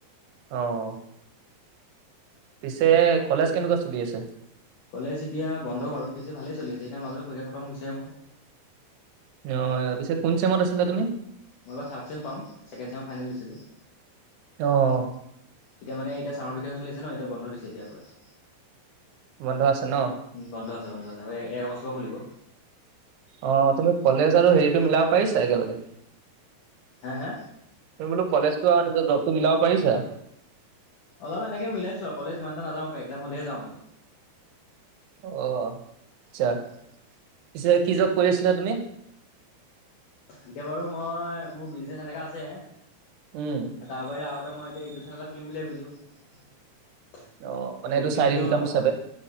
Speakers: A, on the right; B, on the left.
A: অহ। পিছে, কলেজ কেনেকুৱা চলি আছে?
B: কলেজ এতিয়া বন্ধ বাৰু, পিছে ভালেই চলি আছে, এতিয়া মাজতে পৰীক্ষা খতম হৈছে হে মোৰ।
A: অহ, পিছে কোন চেমত আছিলা তুমি?
B: মই এইবাৰ থাৰ্ড চেম পাম, ছেকেণ্ড চেমৰ ফাইনেল দিছিলোঁ।
A: অহ।
B: এতিয়া মানে, এতিয়া চামাৰ ভেকেচন চলি আছে ন এতিয়া বন্ধ দিছে এতিয়া কলেজ।
A: বন্ধ আছে ন।
B: বন্ধ আছে বন্ধ আছে, এক আগষ্ট পৰা খুলিব।
A: অ', তুমি কলেজ আৰু হেৰিতটো মিলাব পাৰিছা একেলগে।
B: হা হা?
A: তুমি বোলো, কলেজতো আৰু নিজৰ জবতো মিলাব পাৰিছা?
B: অলপ এনেকেই মিলাইছো, আৰু কলেজ ইমান এটা নাযাওঁ, একজাম হলেহে যাও মানে।
A: অ', আচ্ছা, পিছে কি জব কৰি আছিলা তুমি?
B: এতিয়া বাৰু মই মোৰ বিজনেচ এনেকা আছে।
A: উম,
B: তাৰ বাহৰি আৰু এটা মই এতিয়া ইউটিউব চেনেল এটা খুলিম বুলি ভাবিছোঁ। সেই
A: অ' মানে এইটো
B: সেইটো
A: চাইড
B: যদি
A: ইনকাম
B: মই
A: হিচাপে
B: অক